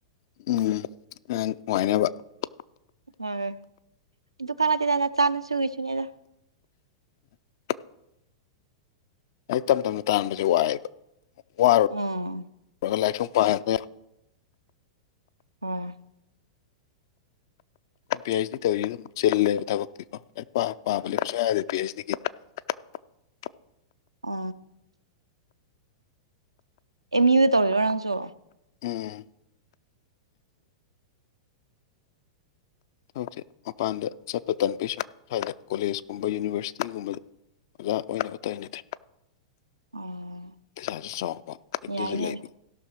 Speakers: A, on the left; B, on the right.
A: ꯎꯝ ꯌꯥꯝ ꯅꯨꯡꯉꯥꯏꯅꯦꯕ
B: ꯍꯣꯏ ꯗꯨꯀꯥꯟꯇꯅ ꯆꯥꯅ ꯁꯨꯏꯁꯨꯅꯦꯗ
A: <inaudible> ꯑꯩ ꯇꯝ ꯇꯞꯅ ꯇꯥꯟꯕꯁꯦ ꯋꯥꯏꯑꯦꯕ ꯋꯥꯔ
B: ꯎꯝ
A: ꯂꯥꯏꯁ ꯄꯗ
B: ꯑ
A: ꯄꯤ ꯑꯩꯩꯆ ꯗꯤ ꯇꯧꯔꯤ ꯑꯗꯨꯝ ꯆꯤꯜꯂꯦꯕ ꯊꯕꯛꯇꯤꯀꯣ ꯑꯩ ꯄꯥꯕ ꯂꯩꯕꯁꯨ ꯌꯥꯗꯦ ꯄꯤ ꯑꯩꯆ ꯗꯤꯒꯤꯗꯤ <inaudible>
B: ꯎ ꯑꯦꯝ ꯌꯨꯗ ꯇꯧꯔꯤꯔꯣ ꯅꯪꯁꯨ
A: ꯎꯝ ꯍꯧꯁꯩ ꯃꯄꯥꯟꯗ ꯆꯠꯄ ꯇꯥꯟ ꯄꯁꯨ ꯍꯥꯏꯗ ꯀꯣꯂꯦꯖꯀꯨꯝꯕ ꯌꯨꯅꯤꯚꯔꯁꯤꯇꯤꯒꯨꯝꯕꯗ ꯑꯣꯖꯥ ꯑꯣꯏꯅꯕ ꯇꯥꯏꯅꯠꯇꯦ
B: ꯎꯝ
A: ꯄꯩꯁꯥꯁꯨ ꯆꯥꯎꯣꯡꯉꯕ ꯑꯝꯇꯁꯨ
B: ꯌꯥꯏꯅꯦ
A: ꯂꯩꯕ